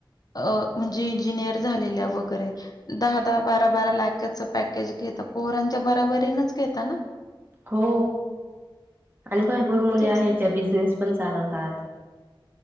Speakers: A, on the left; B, on the right.
A: अ म्हणजे इंजिनिअर झालेल्या वगैरे दहा दहा बारा बारा लॅखच पॅकेज घेता पोहरांच्या बराबरीनच घेता ना
B: हो आणि भरपूर मुले
A: तेच
B: आहेत ज्या बिझनेस पण चालवतात